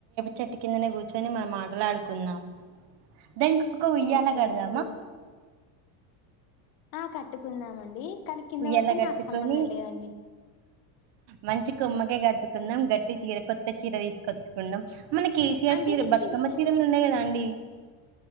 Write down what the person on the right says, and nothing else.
చెట్టు కిందనే కూర్చొని మనం మాటలా ఆడుకుందాం ద కో ఉయ్యాల
కడదామా
ఉయ్యాల
కట్టుకొని
మంచి కొమ్మకే కట్టుకుందాం గట్టి చీర కొత్త చీర తీసుకొచ్చుకుందాం మన కేసీఆర్
చీర
బ
మి అమ్మచీరలున్నాయి కదా అండి